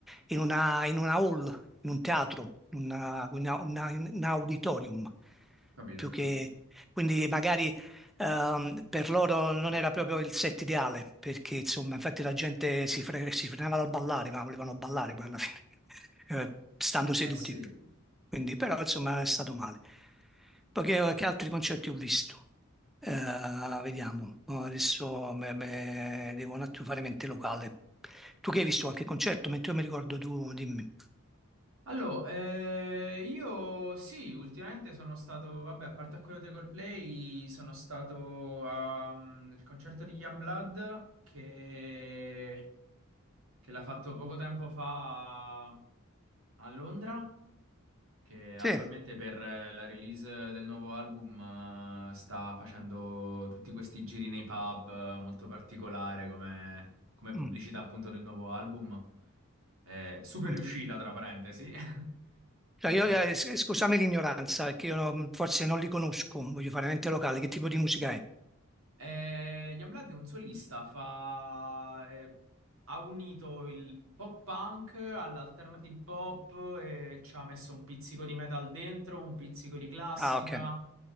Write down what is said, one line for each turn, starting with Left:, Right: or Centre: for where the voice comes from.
Centre: in una- in una hall, in un teatro, in una- una- una- in un auditorium,
Right: Capito,
Centre: più
Right: capito.
Centre: che... Quindi magari Ehm, per loro non era proprio il set ideale, perché insomma, infatti la gente si, fre- si frenava dal ballare, ma volevano ballare poi alla fine, <laughs> eh, stando seduti.
Right: Eh sì.
Centre: Quindi, però, insomma, è stato male. Poi che, che altri concerti ho visto? Eh, vediamo, No, adesso me- me- devo un attimo fare mente locale. Tu che hai visto qualche concerto? Mentre io mi ricordo tu, dimmi.
Right: Allora, eh, io sì, ultimamente sono stato, vabbè, a parte a quello dei Coldplay, sono stato a, mm, al concerto di Youngblood che, che l'ha fatto poco tempo fa a a Londra, che attualmente
Centre: Sì,
Right: per eh, la release del nuovo album eh, sta facendo tutti questi giri nei pub eh, molto particolare come, come pubblicità
Centre: mm,
Right: appunto del nuovo album. Eh, super
Centre: mm.
Right: riuscita, tra parentesi. <laughs>
Centre: Cioè,
Right: Eh,
Centre: io, eh, s- scusami l'ignoranza, perché io non- forse non li conosco, voglio fare mente locale, che tipo di musica è?
Right: eh, Ian Blood è un solista, fa- eh, ha unito il pop punk all'alternative pop e ci ha messo un pizzico di metal dentro, un pizzico di classica.
Centre: Ah, ok.